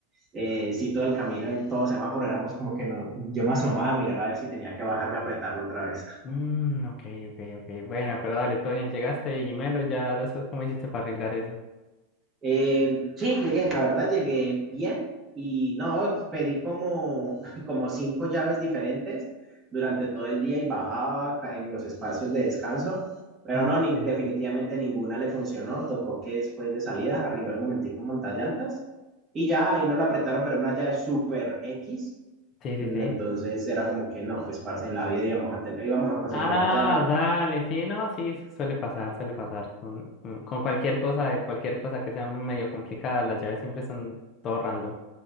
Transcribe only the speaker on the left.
Mm, ok, ok, ok. Bueno, pero dale, todo bien. Llegaste y Melo, ya después, ¿cómo hiciste para arreglar eso?
Ah,
ok,
ok.
Sí,
sí, sí.
Ah,
dale, sí, no, sí, su- suele pasar, suele pasar. Con, con con cualquier cosa, de cualquier cosa que sea muy medio complicada, las llaves siempre son todo random.